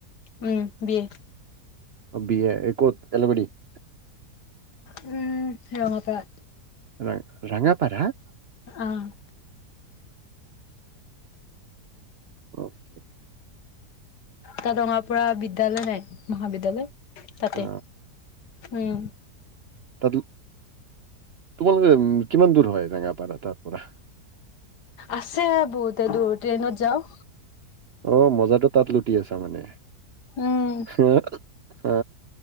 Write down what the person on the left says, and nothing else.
উম বি এ।
উম। <unintelligible>
অহ'।
তাত ৰঙাপাৰা বিদ্যালৈ নাই মহাবিদ্যালয় তাতে।
উম।
আছে বহুতে দূৰ ট্ৰেইনত যাও।
উম